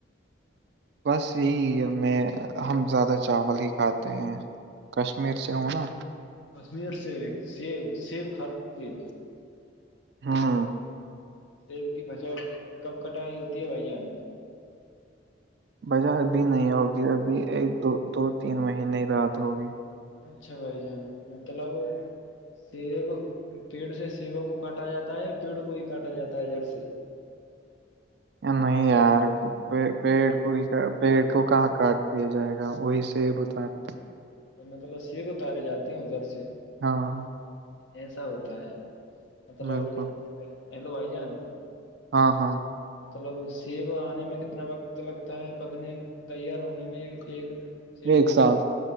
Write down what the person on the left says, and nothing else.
کشمیر سے سیب سیب کھاتی ہوں گی
سیب کی فجا کب کٹائی ہوتی ہے بھائی جان
اچھا بھائی جان مطلب سیب پیڑ سے سیبوں کو کاٹا جاتا ہے یا پیڑ کو ہی کاٹا جاتا ہے جڑ سے
میںطلب سیب اتارے جاتی ادھر سے
ایسا ہوتا ہے مطلب
ہیلو بھائی جان
مطلب سیب آنے میں کتنا وقت لگتا ہے پکنے تیار ہونے میں ایک سے